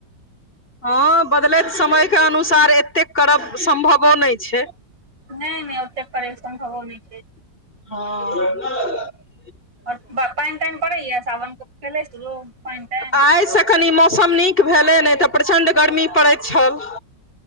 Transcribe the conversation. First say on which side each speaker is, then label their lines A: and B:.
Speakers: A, on the left; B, on the right.
A: हँ, बदलैत समयके अनुसार एतेक करब सम्भवो नहि छै।
B: नहि नहि, ओतेक परेशान होबो नहि छै।
A: हँ
B: आओर पानि तानि पड़ैयै सावन भेलै शुरू पानि तानि
A: आइ स कनि मौसम नीक भेलै, नहि तऽ प्रचण्ड गर्मी पड़ैत छल।